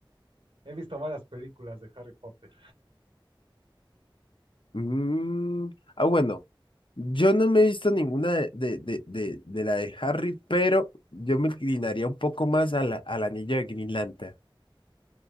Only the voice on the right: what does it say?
he visto malas películas de Harry Potter.